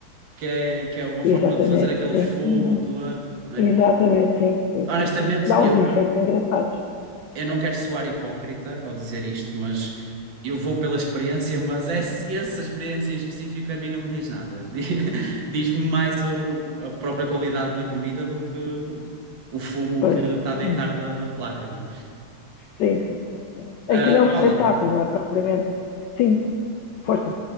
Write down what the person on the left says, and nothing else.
exatamente
sim
uhum.
exatamente
sim, sim
sim sim dá uns
efeitos engraçados
pois
uhum.
sim, sim sim sim
aquilo é um espetáculo
não é propriamente sim força